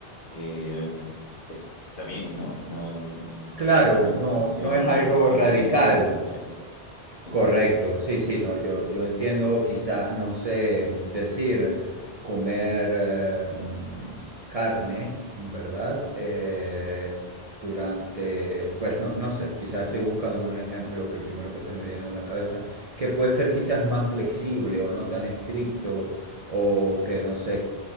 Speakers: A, on the left (about 55°); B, on the right (about 40°).
A: eh, eh, está bien, ¿no? No, n-
B: claro,
A: es un tema de interpretación,
B: no, no es algo
A: no, no
B: radical.
A: atenta contra la fe. Sí,
B: Correcto,
A: sí,
B: sí, sí, no, yo, yo entiendo, quizás, no sé, decir, comer eh, mm, carne, ¿verdad? Eh, durante, pues no, no sé, quizás estoy buscando un ejemplo que el primero que se me viene a la cabeza, que puede ser quizás más flexible o no tan estricto, o que no sé,